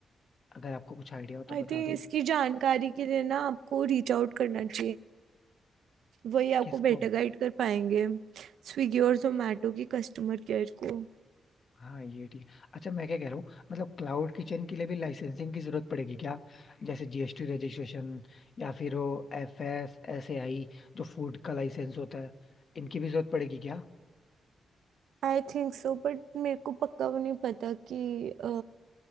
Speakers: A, on the left; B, on the right.
A: अगर आपको कुछ आइडिया हो तो बता
B: आई थिंक
A: दो
B: इसकी जानकारी के लिए ना आपको रीच आउट करना चाहिए वही आपको
A: किसको
B: बेटर गाइड कर पाएंगे स्विगी और जोमेटो की कस्टमर केयर को
A: हाँ ये ठीक है अच्छा मैं क्या कह रहा हूँ मतलब क्लाउड किचन के लिए भी लाइसेंसिंग की जरूरत पड़ेगी क्या जैसे जीएसटी रजिस्ट्रेशन या फिर वो F S S A I जो फूड का लाइसेंस होता है इनकी भी जरूरत पड़ेगी क्या
B: आई थिंक सो बट मेरे को पक्का वो नहीं पता कि अ,